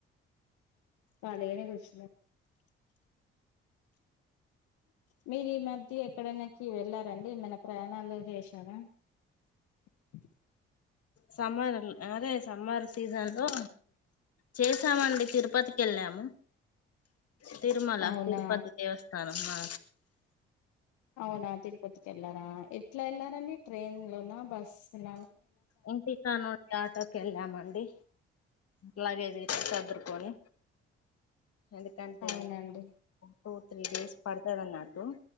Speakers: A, on the left (about 70°); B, on the left (about 50°).
A: పాలగనే కురిస మీరు ఈ మధ్య ఎక్కడనాకి వెళ్ళారండి ఏమైన్న ప్రయాణాలు చేశారా? <inaudible>
B: సమ్మర్ అదే సమ్మర్ సీజన్ లో చేసామండి తిరుపతికి వెళ్ళాము.
A: <inaudible>
B: తిరుమల
A: అవునా
B: తిరుపతి దేవస్థానం మా
A: అవునా తిరుపతికి వెళ్లారా ఎట్లా వెళ్లారండి ట్రైన్ లోనా, బస్ల?
B: ఇంటి కాడ నుండి ఆటోకి వెళ్ళామండి. ట్లాగేజ చదురుకోని ఎందుకంటే?
A: అవునండి
B: టూ త్రీ డేస్ పడుతది అన్నట్టు